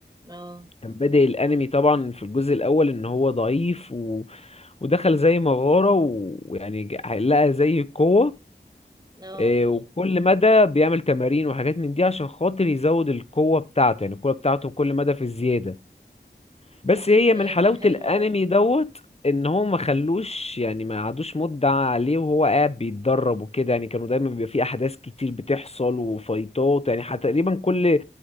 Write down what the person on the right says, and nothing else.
اه
اه
يا
ده حلو
قوي